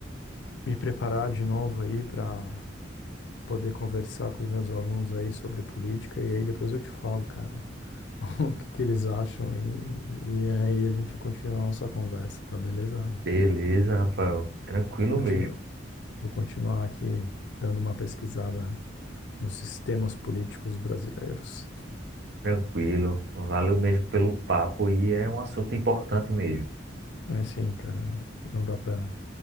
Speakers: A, on the left (about 70°); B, on the right (about 60°).
A: me preparar de novo aí para poder conversar com os meus alunos aí sobre política e aí depois eu te falo, cara, <laughs> o que que eles acham aí. E aí a gente continua a nossa conversa, tá beleza? Alan?
B: Beleza, Rafael. Tranquilo
A: Continu-
B: mesmo.
A: vou continuar aqui dando uma pesquisada nos sistemas políticos brasileiros.
B: Tranquilo. Valeu mesmo pelo papo e é um assunto importante mesmo.
A: É assim, cara, não dá para